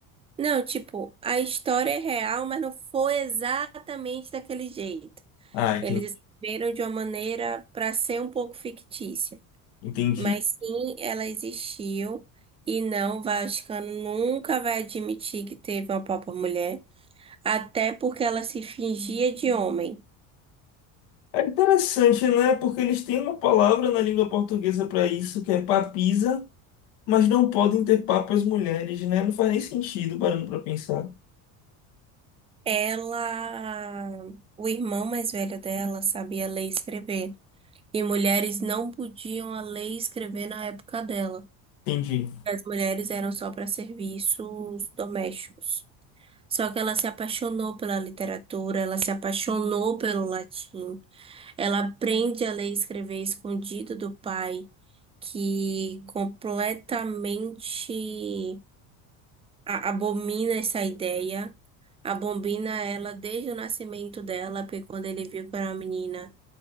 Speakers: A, on the right; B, on the left.
A: Não, tipo, a história é real, mas não foi exatamente daquele jeito.
B: Ah, enten-
A: Eles escreveram de uma maneira para ser um pouco fictícia.
B: entendi.
A: Mas sim, ela existiu. E não, o Vaticano nunca vai admitir que teve uma papa mulher. Até porque ela se fingia de homem.
B: É interessante, né? Porque eles têm uma palavra na língua portuguesa para isso, que é papisa, mas não podem ter papas mulheres, né? Não faz nem sentido parando para pensar.
A: Ela, o irmão mais velho dela sabia ler e escrever. E mulheres não podiam a ler e escrever na época dela.
B: Entendi.
A: As mulheres eram só para serviços domésticos. Só que ela se apaixonou pela literatura, ela se apaixonou pelo latim. Ela aprende a ler e escrever escondido do pai, que completamente a- abomina essa ideia, abomina ela desde o nascimento dela, porque quando ele viu que era uma menina,